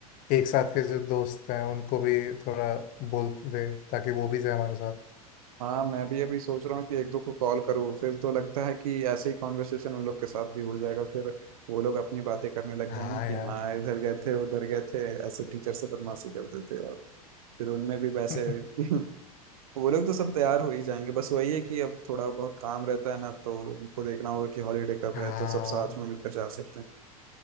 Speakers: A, on the left; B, on the right.
A: एक साथ के जो दोस्त हैं उनको भी थोड़ा बोल दे ताकि वो भी जाए हमारे साथ
B: हाँ मैं भी अभी सोच रहा हूँ कि एक दो को कॉल करूँ फिर तो लगता है कि ऐसे ही कॉन्वर्सेशन उन लोग के साथ भी हो जाएगा फिर वो लोग अपनी बातें करने लग
A: हाँ
B: जाएंगे कि
A: यार
B: हाँ इधर गए थे उधर गए थे ऐसे टीचर से बदमाशी करते थे और फिर उनमें भी वैसे
A: <laughs>
B: <laughs> वो लोग तो सब तैयार हो ही जाएंगे बस वही है कि अब थोड़ा बहुत काम रहता है ना तो उनको देखना होगा कि हॉलीडे कब
A: हाँ
B: है तो सब साथ में मिलकर जा सकते हैं